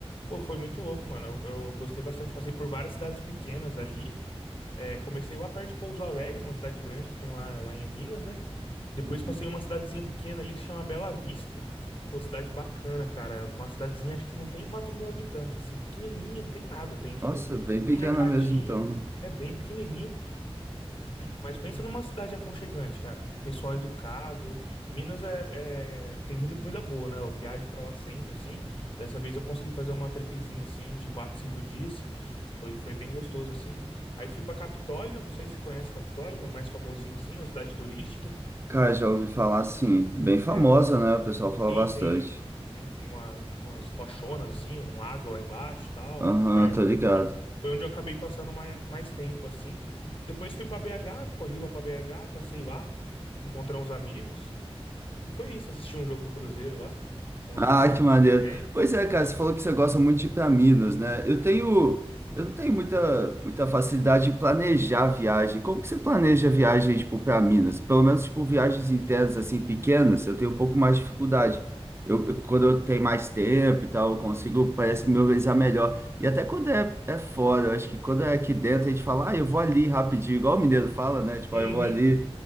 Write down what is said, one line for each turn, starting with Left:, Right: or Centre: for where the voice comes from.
Left: Pô, foi muito louco, mano. Eu, eu gostei bastante. Passei por várias cidades pequenas ali. É, comecei lá perto de Pouso Alegre, uma cidade grande que tem lá, lá em Minas, né? Depois
Right: Uhum.
Left: passei em uma cidadezinha pequena ali que se chama Bela Vista. Pô, cidade bacana, cara. Uma cidadezinha, acho que não tem quatro mil habitantes, assim. Pequenininha, não tem nada. Tem, tipo,
Right: Nossa, bem pequena
Left: um mercadinho.
Right: mesmo, então.
Left: É bem pequenininho. Mas pensa numa cidade aconchegante, cara. Pessoal educado. Minas é, é- tem muita comida boa, né? Eu viajo pra lá sempre, assim. Dessa vez eu consegui fazer uma tripezinha, assim, de quatro, cinco dias. Foi, foi bem gostoso, assim. Aí fui pra Capitólio, não sei se você conhece Capitólio, é mais famosinha, assim, uma cidade turística.
Right: Cara, já ouvi falar assim, bem famosa,
Left: É, tem
Right: né? O pessoal fala
Left: Sim,
Right: bastante.
Left: tem, tem uma- umas rochonas, assim, um lago lá embaixo e tal,
Right: Aham,
Left: um lugar lindo,
Right: tô ligado.
Left: assim. Foi onde eu acabei passando mais, mais tempo, assim. Depois fui pra BH, corri lá pra BH, passei lá, encontrei uns amigos. E foi isso, assisti um jogo do Cruzeiro lá, com um
Right: Ah,
Left: amigo meu
Right: que
Left: que
Right: maneiro.
Left: é grande.
Right: Pois é, cara, você falou que você gosta muito de ir para Minas, né? Eu tenho, eu não tenho muita, muita facilidade de planejar a viagem. Como que você planeja a viagem, tipo, para Minas? Pelo menos, tipo, viagens internas, assim, pequenas, eu tenho um pouco mais de dificuldade. Eu, eu- quando eu tenho mais tempo e tal, eu consigo, parece que me organizar melhor. E até quando é, é fora, eu acho que quando é aqui dentro, a gente fala, ah, eu vou ali rapidinho, igual o mineiro fala, né? Tipo,
Left: Uhum.
Right: ah, eu vou ali.